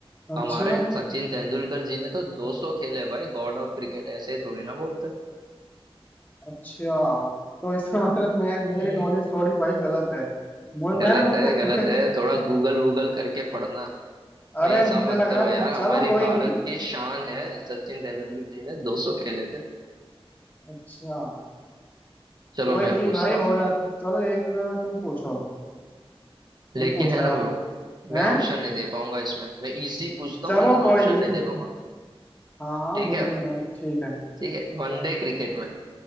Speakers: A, on the left; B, on the right.
A: अच्छा
B: हमारे सचिन तेंदुलकर जी ने तो 200 खेले भाई गॉड ऑफ क्रिकेट ऐसे ही थोड़ी ना बोलते
A: अच्छा तो इसका <laughs> मतलब
B: हम्म,
A: मैं मेरी नॉलेज थोड़ी भाई गलत है मु-
B: गलत
A: मैंने मतलब
B: है गलत है थोड़ा गूगल वूगल करके पढ़ना
A: <laughs>
B: भाई
A: अरे
B: ऐसा
A: मुझे
B: मत
A: लग रहा
B: करो
A: है मैं
B: यार हमारी
A: चलो कोई
B: भारत
A: नहीं
B: की शान है सचिन तेंदुलकर जी ने 200 खेले थे
A: अच्छा
B: चलो
A: कोई
B: मैं
A: नहीं
B: पूछता
A: भाई
B: हूँ
A: हो जा चलो एक तुम पूछो तुम
B: लेकिन
A: पूछो
B: है
A: यार
B: ना ब्रो मैं
A: हैं
B: ऑप्शन नहीं दे पाऊंगा इसमें मैं इजी पूछता
A: चलो
B: हूँ लेकिन
A: कोई
B: ऑप्शन
A: नहीं
B: नहीं दे पाऊंगा
A: हाँ हाँ
B: ठीक
A: बिल्कुल
B: है
A: भाई ठीक है
B: ठीक है वनडे क्रिकेट में